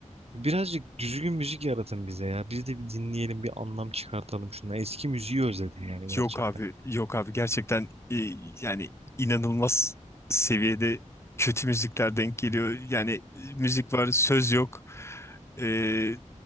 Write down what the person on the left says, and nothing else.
Yok abi, yok abi gerçekten e, yani inanılmaz seviyede kötü müzikler denk geliyor. Yani e, müzik var, söz yok. Ee,